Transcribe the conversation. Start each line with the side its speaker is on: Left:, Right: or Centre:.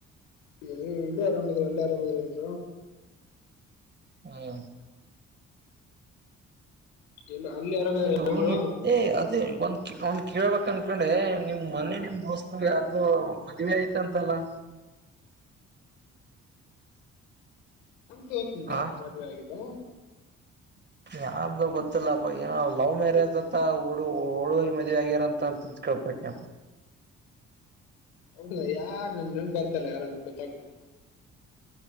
Left: ಲ್ಲ ಎಲ್ಲೂ ಆರಾಮದರು ಅಲ್ಲ ಆರಾಮದರುಂದ
Right: ಹ್ಮ
Left: ಎಲ್ಲ ಅಲ್ಲಿ ಆರಾಮಿದ್ರ
Right: ಇದುಏ
Left: ಎಲ್ರು
Right: ಅದೇ ಒ ಅವ್ನ್ ಕೇಳ್ಬೇಕ ಅನ್ಕೊಂಡೆ ನಿಮ್ ಮನೆ ನಿಮ್ ದೋಸ್ತ ಯಾರ್ದು ಮದ್ವೆ ಆಯ್ತು ಅಂತಲ್ಲ <inaudible>
Left: ನಮ ದೋಸ್ತನ
Right: ಆ
Left: ಮದ್ವೆ ಆಗಿದೆ
Right: ಯಾವ್ದ ಗೊತ್ತಿಲ್ಲ ಏನ ಲವ್ ಮ್ಯಾರೇಜ್ ಅತ್ತ ಓಡು ಹಓಡು ಮದಿ ಆಗ್ಯಾರ ಅಂತಂತ ತಿಕೇಳ್ಪಟ್ನೆ <inaudible>
Left: ಹೌದ ಯಾ ನನ್ ನ ಬರ್ತಲ್ಲ ಯಾರಂದ ಗೊತ್ತಾಗ್ತ